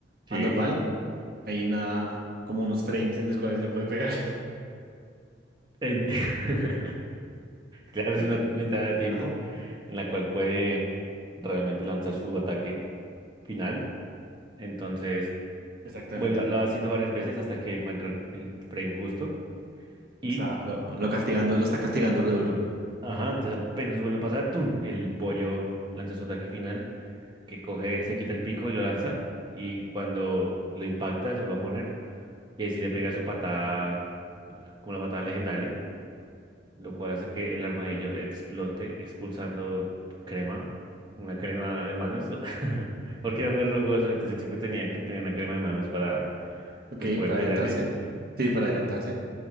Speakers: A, on the right; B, on the right.
A: Sí.
B: a normal, hay una como unos frames en los cuales le puede pegar.
A: Eh, <laughs> Claro, es
B: <laughs>
A: una ventana de tiempo
B: Ajá,
A: en la cual puede realmente lanzar su ataque final. Entonces,
B: exactamente.
A: bueno, lo, lo ha sido varias veces hasta que encuentra el, el frame justo. Y,
B: O sea, lo, lo castigando, lo está castigando re duro.
A: ajá, entonces apenas vuelve a pasar, ¡tun! El pollo lanza su ataque final. que coge, se quita el pico y lo lanza. Y cuando lo impacta, se vuelve a poner. Y ahí sí le pega su patada, como la patada legendaria, lo cual hace que el armadillo explote, expulsando crema, una crema de manos, <laughs> porque era muy rugoso, entonces él siempre tenía que tener una crema de manos para
B: Ok,
A: pues poder
B: para
A: pelear
B: hidratarse.
A: bien.
B: Sí, para hidratarse.